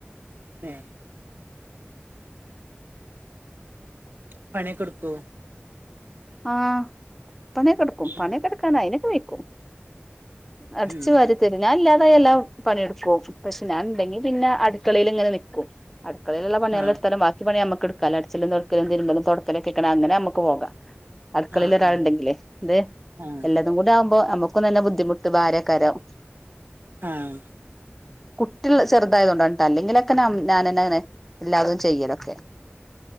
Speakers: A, on the right; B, in the centre.
A: എ പണി കൊട്ക്കോ
B: ആഹ് പണയൊകിടക്കും പണി
A: ഉം
B: എട്ക്കാൻ അയിനൊക്കെ വെയ്ക്കും അടച്ച്
A: ഉം
B: വരി തരും ഞൻ ഇല്ലാ ത എല്ലാം പണിയെടുക്കും പക്ഷെ ഞാൻ ഉണ്ടെങ്കിൽ പിന്നെ അടുക്കളൽ ഇങ്ങനെ നിക്കും അടുക്കളെ ള്ള്ള പണികളെട്ത്താലും
A: ആഹ്
B: ബിണി നമക്ക് ടുക്കാ അടിച്ചലും തൊടക്കലും തിരുമ്പലും തുടക്കലൊെക്കണ അങ്ങനെ നമുക്ക് പോകാം അടുക്കളേല്
A: ആഹ്
B: ഒരാൾ
A: ആഹ്
B: ഇണ്ടെങ്കിലേ എന്തെ
A: ആഹ്
B: എല്ലതും കൂടെ ആവുമ്പോ നമക്ക് തന്നെ ബുദ്ധിമുട്ട് വാരെക്കാരം
A: ആഹ്
B: കുട്ട്യേള് ചെറുതായതൊണ്ടാണ്‌ട്ടൊ അല്ലെങ്കിലൊക്കെ ഞാനന്നെ അങ്ങനെ എല്ലാതും ചെയ്യലൊക്കെ